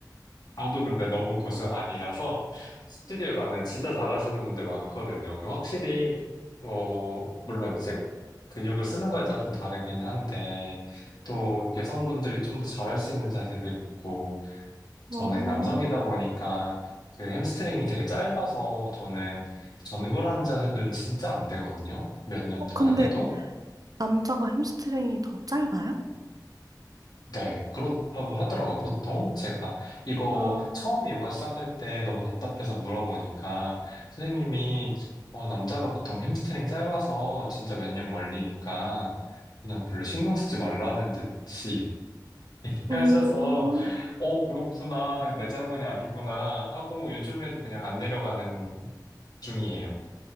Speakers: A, on the left (about 65°); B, on the right (about 55°).
A: 저도 근데 너무 고수 아니라서 스튜디오 가면 진짜 잘하시는 분들 많거든요. 그 확실히 어 물론 이제 근육을 쓰는 거에 따라 좀 다르긴 한데 또 여성분들이 좀 더 잘할 수 있는 자세들 있고 저는
B: 어.
A: 남성이다 보니까 그 햄스트링이 되게 짧아서 저는 전굴하는 자세는 진짜 안 되거든요. 몇 년
B: 어,
A: 동안
B: 근데
A: 해도.
B: 그러면 남자가 햄스트링이 더 짧아요?
A: 네, 그렇다고 하더라고요. 보통 제가 이거
B: 아,
A: 처음에 요가 시작할 때 너무 답답해서 물어보니까 선생님이 어, 남자가 보통 햄스트링 짧아서 진짜 몇 년 걸리니까 그냥 별로 신경 쓰지 말라는 듯이 <laughs> 하셔서
B: 음,
A: 어, 그렇구나. 내 잘못이 아니구나 하고 요즘에도 그냥 안 내려가는 중이에요.